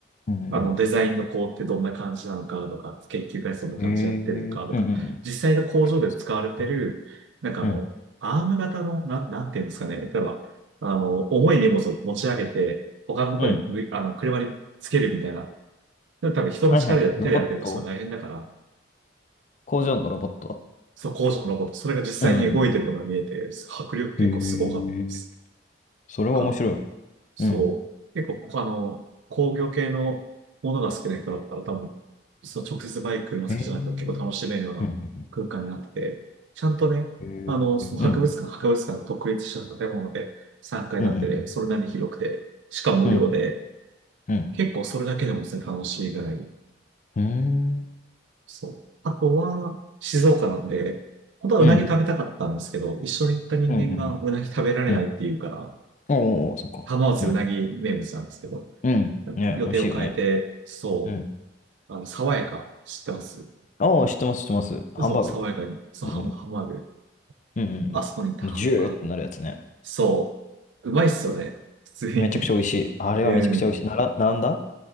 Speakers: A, on the left (about 40°); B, on the right (about 70°).
A: うん、
B: あの、デザインの工程どんな感じなのかとか、研究開発どんな感じでやってるのかとか、
A: へえ、うん、うん、うん。
B: 実際の工場で使われてる、
A: 博物館はない。
B: なんかあの、
A: うん、
B: アーム型の、なん、なんていうんですかね。例えば、あの、重い荷物を持ち上げて、他のところにむ、
A: うん。
B: あの、車につけるみたいな。でも多分人の力や手でやってるとすごい大変だから、
A: はいはい。ロボット工場のロボット
B: その工場のロボット、それが実際に動いてるのが見えて、
A: うん。
B: 迫力結構すごかったです。
A: へえ、それは面白い。
B: からそう。
A: うん。
B: 結構、あの、工業系のものが好きな人だったら多分、その直接バイク、車好きじゃなくても結構楽しめるような空間になってて、
A: へえ、うん、うん、
B: ちゃんとね、
A: うん。
B: あの、その博物館、
A: へえ、うん、
B: 博物館の独立した建物で3階建てで、
A: うん、うん、
B: それなりに広くて、しかも無料で、
A: うん、うん。
B: 結構それだけでもですね、楽しいぐらい。
A: うーん。
B: そう。あとは、静岡なんで、本当はうなぎ食べたかったんですけど、
A: うん。
B: 一緒に行った人間がうなぎ食べられないっていうから、
A: うんうんうん。おおそっか。
B: 浜松うなぎ名物なんですけど、
A: うん。うん。ね、
B: 予定を変えて、
A: 美味しいよね。
B: そ
A: うん。
B: う、あの、爽やか、知ってます
A: ああ、知ってます、知ってます。ハンバーグ。
B: 嘘、爽やかに、そう、
A: うん。
B: ハンハンバーグ。
A: うんうんうん。
B: あそこに行ったハンバーグ。
A: ジューってなるやつね。
B: そう、うまいっすよね、普通に。
A: めちゃくちゃ美味しい。あれはめちゃくちゃ美味しい。
B: <laughs> うん。
A: なら、並んだ